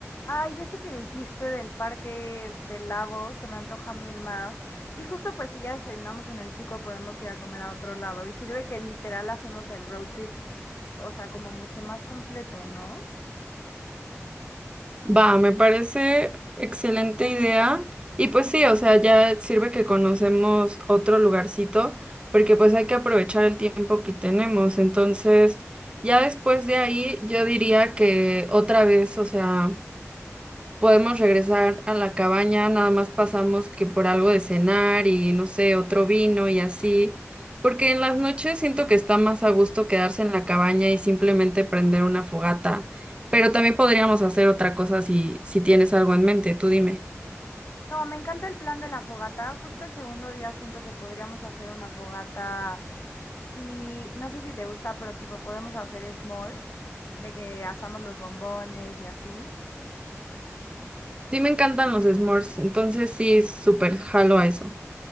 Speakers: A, on the left (about 50°); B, on the right (about 20°).
A: Ay, ese que dijiste del parque del lago se me antoja mil más. Y justo pues si ya desayunamos en el Chico podemos ir a comer a otro lado. Y sirve que literal hacemos el road trip, o sea, como mucho más completo, ¿no?
B: Va, me parece excelente idea. Y pues sí, o sea, ya sirve que conocemos otro lugarcito, porque pues hay que aprovechar el tiempo que tenemos. Entonces, ya después de ahí, yo diría que otra vez, o sea... Podemos regresar a la cabaña, nada más pasamos que por algo de cenar y no sé, otro vino y así, porque en las noches siento que está más a gusto quedarse en la cabaña y simplemente prender una fogata, pero también podríamos hacer otra cosa si, si tienes algo en mente, tú dime.
A: No, me encanta el plan de la fogata. Justo el segundo día siento que podríamos hacer una fogata y no sé si te gusta, pero tipo podemos hacer s'mores, de que asamos los bombones y así.
B: Sí me encantan los s'mores, entonces sí, súper jalo a eso.